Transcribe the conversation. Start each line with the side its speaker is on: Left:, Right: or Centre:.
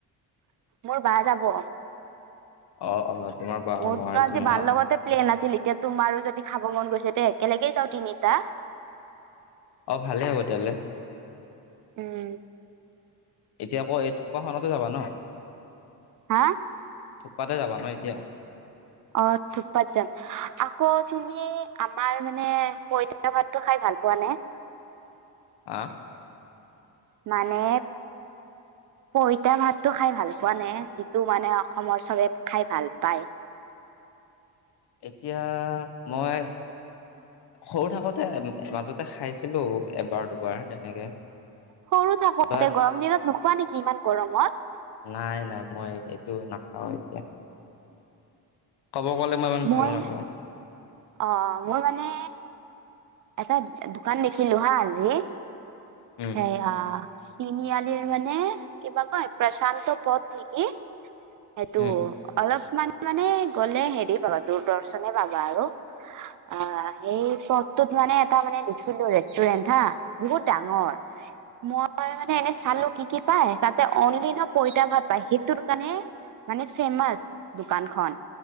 Right: মোৰ বা যাব।
Left: অ অ। তোমাৰ বা
Right: মোৰতো
Left: মই আৰু
Right: আজি
Left: তুমি
Right: বাৰ
Left: ন
Right: লগতে প্লেন আছিল এতিয়া তোমাৰো যদি খাব মন গৈছে এতিয়া একেলগে যাওঁ তিনিটা।
Left: অ ভালে হ'ব তেতিয়াহ'লে।
Right: উম।
Left: এতিয়া আকৌ এই থোপাখনতে যাবা ন
Right: হা
Left: থপাতে যাবা ন এতিয়া
Right: আৰু ধুপত জাম আকৌ তুমি আমাৰ মানে পইতা ভাতটো খাই ভাল পোৱা নে?
Left: হঁ
Right: মানে পইতা ভাতটো খাই ভাল পোৱা নে যিটো মানে অসমৰ চবে খাই ভাল পায়।
Left: এতিয়া মই সৰু থাকোতে মাজতে খাইছিলো এবাৰ দুবাৰ তেনেকে
Right: সৰু থাকোতে
Left: বাট
Right: গৰম দিনত নোখোৱা নেকি ইমান গৰমত।
Left: নাই নাই মই এইটো নাখাও এতিয়া ক'ব গ'লে ইমান
Right: মই
Left: ভালো নাপাওঁ
Right: অ মোৰ মানে এটা দোকান দেখিলো হা আজি
Left: উম
Right: সেইয়া তিনিআলিৰ মানে কিবা কয় প্ৰশান্ত পথ নেকি। সেইটো
Left: উম
Right: অলপমান মানে গলে হেৰি পাবা দূৰদৰ্শনে পাবা আৰু অ সেই পথটোত মানে এটা মানে দেখিলো ৰেষ্টুৰেণ্ট হা বহুত ডাঙৰ মই মানে এনেই চালো কি কি পাই তাতে অনলি ন পইতা ভাত পায় সেইটোৰ কাৰণে মানে ফেমাচ দোকানখন